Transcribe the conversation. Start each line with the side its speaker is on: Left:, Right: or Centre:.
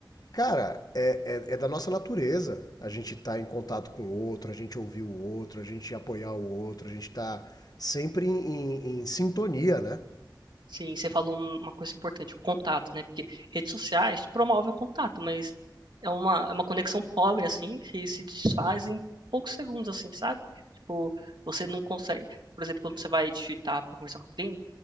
Left: cara, é, é- é da nossa natureza a gente estar em contato com o outro, a gente ouvir o outro, a gente apoiar o outro, a gente tá sempre em, em em sintonia, né?
Right: Sim, você falou um- uma coisa importante, o contato, né? Porque redes sociais te promove o contato, mas é uma, é uma conexão pobre, assim, que se desfaz em poucos segundos, assim, sabe? Tipo, você não consegue. Por exemplo, quando você vai digitar para conversar com alguém,